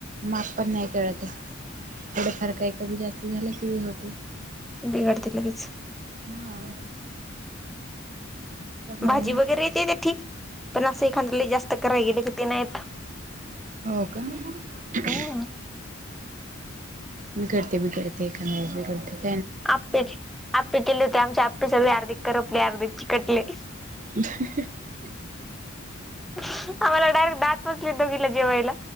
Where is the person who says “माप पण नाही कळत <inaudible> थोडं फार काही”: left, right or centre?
Right